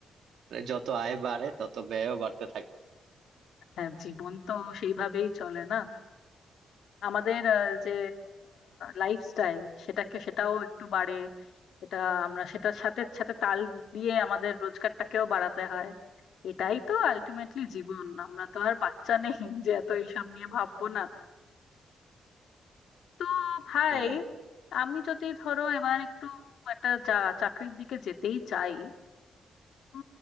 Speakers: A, on the right (about 80°); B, on the left (about 80°).
A: মানে যত আয় বাড়ে তত ব্যয়ও বাড়তে থাকে
B: হ্যাঁ জীবন তো সেইভাবেই চলে না আমাদের আহ, যে লাইফস্টাইল সেটাকে সেটাও একটু বাড়ে এটা আমরা সেটার সাথে সাথে তাল দিয়ে আমাদের রোজগারটাকেও বাড়াতে হয় এটাই তো আলটিমেটলি জীবন আমরা তো আর বাচ্চা নেই <laughs> যে এত এইসব নিয়ে ভাববো না তো ভাই
A: হ্যাঁ
B: আমি যদি ধরো এবার একটু একটা চা- চাকরির দিকে যেতেই চাই তো